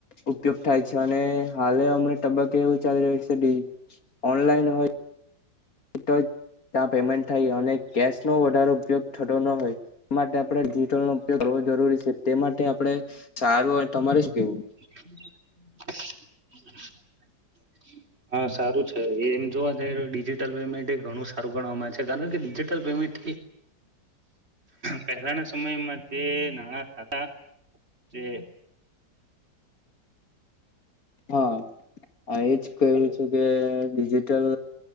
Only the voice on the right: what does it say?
<inaudible> હા સારું છે એમ જોવા જઈ ડિજિટલ પેમેન્ટ ઘણું સા રું ગણવામાં છે કારણ કે ડિજિટલ પેમેન્ટ પહેલાના
સમયમાં જે નાણા હતા જે